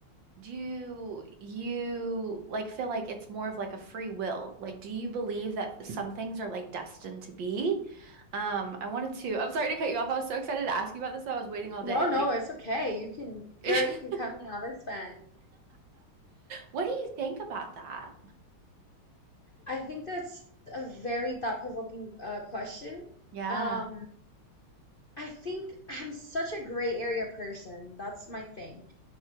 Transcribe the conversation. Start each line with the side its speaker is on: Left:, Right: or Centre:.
Right: do you like feel like it's more of like a free will? Like, do you believe that some things are like destined to be? Um, I wanted to, I'm sorry to cut you off. I was so excited to ask you about this though. I was waiting all
Left: no,
Right: day.
Left: no,
Right: Like,
Left: it's okay. You can,
Right: <laughs>
Left: girl, you can cut me off. It's fine.
Right: what do you think about that?
Left: I think that's a very thought-provoking uh, question.
Right: Yeah.
Left: Um, I think I'm such a gray area person. That's my thing.